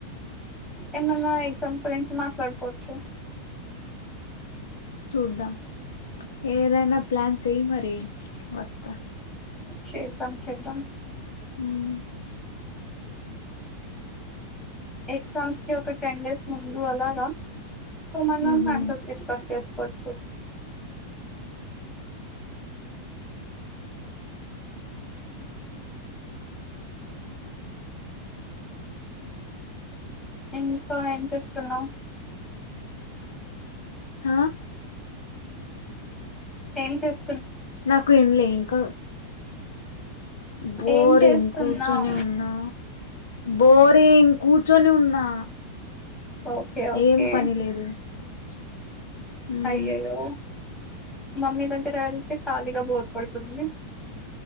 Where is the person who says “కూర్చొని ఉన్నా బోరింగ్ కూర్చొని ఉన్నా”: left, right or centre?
Left